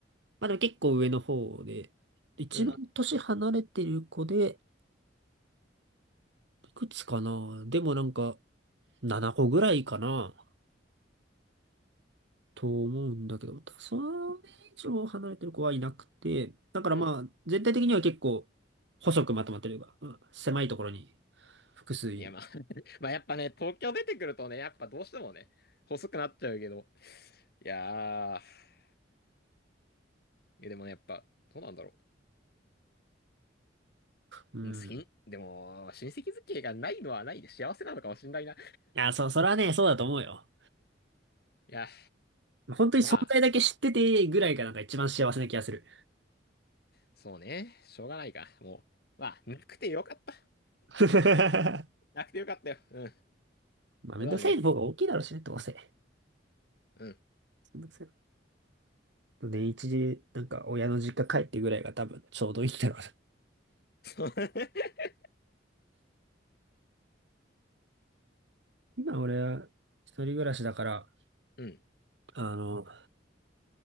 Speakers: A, on the right; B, on the left.
A: まあ、でも結構上の方で。一番年離れてる子で、
B: うん、
A: いくつかなでもなんか、7個ぐらいかな。と思うんだけど、ただそれ以上離れてる子はいなくて、だからまあ、
B: うん。
A: 全体的には結構、細くまとまってるが、うん、狭いところに複数いる。
B: いや、まあ、<laughs> まあやっぱね、東京出てくるとね、やっぱどうしてもね、細くなっちゃうけど、いやー、いやでもね、やっぱ、どうなんだろう。
A: うん。
B: うん好き、でも、親戚付き合いがないのはないで幸せなのかもしんないな。い
A: いや、そう、それはね、そうだと思うよ。
B: や、
A: 本当に存在だけ知っててぐらいがなんか一番幸せな気がする。
B: まあ、そうね。しょうがないか。もう、まあ、なくてよかった。
A: <laughs>
B: なくてよかったよ。うん。
A: まあ、
B: そうだね。
A: めんどくさい方が大きいだろうしね、どうせ。
B: うん。
A: めんどくさい。年一で、なんか親の実家帰ってぐらいが多分ちょうどいいんだろうな。
B: そう。<laughs>
A: 今俺は一人暮らしだから、
B: うん。
A: あの、